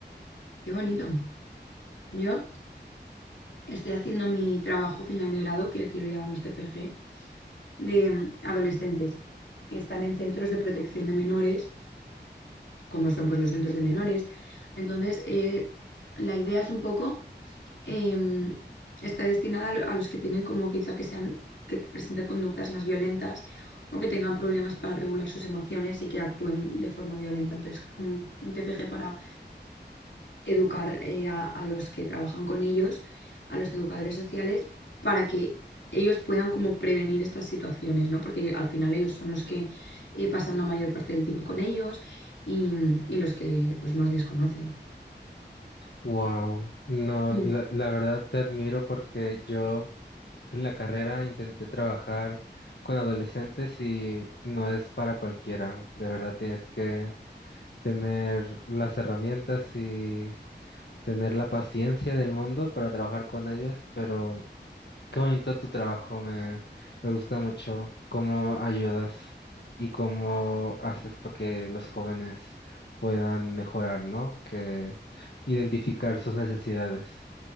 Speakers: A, on the left; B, on the left.
A: qué bonito. Yo estoy haciendo mi trabajo final de grado, que aquí lo llamamos TFG, de mm, adolescentes que están en centros de protección de menores como son pues, los centros de menores. Entonces, eh, la idea es un poco, eh, está destinada a lo- a los que tienen como quizá que sean, que presenten conductas más violentas o que tengan problemas para regular sus emociones y que actúen de forma violenta. Entonces, un, un TFG para educar eh, a, a los que trabajan con ellos, a los educadores sociales, para que ellos puedan como prevenir estas situaciones, ¿no? Porque al final ellos son los que eh, pasan la mayor parte del tiempo con ellos y, y los que pues más les conocen.
B: Wow, no,
A: Mm,
B: la, la verdad te admiro porque yo En la carrera intenté trabajar con adolescentes y no es para cualquiera. De verdad tienes que tener las herramientas y tener la paciencia del mundo para trabajar con ellos, pero qué bonito tu trabajo, me, me gusta mucho cómo ayudas y cómo haces para que los jóvenes puedan mejorar, ¿no? Que identificar sus necesidades.